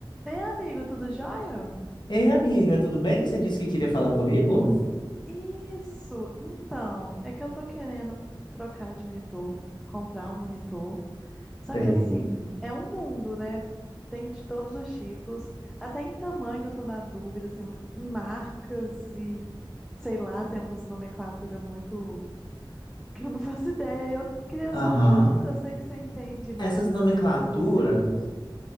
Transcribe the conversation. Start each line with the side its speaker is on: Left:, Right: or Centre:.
Centre: Ei, amigo, tudo jóia?
Left: Ei, amiga, tudo bem? Você disse que queria falar comigo?
Centre: Isso! Então, é que eu tô querendo trocar de monitor, comprar um monitor. Só
Left: Sei.
Centre: que assim, é um mundo, né? Tem de todos os tipos. Até em tamanho eu tô na dúvida, assim, marcas e sei lá, tem umas nomenclatura muito que eu não faço ideia. E eu queria
Left: Aham.
Centre: só ajuda. Eu sei que você entende mais
Left: Essas nomenclaturas.
Centre: essas coisas assim.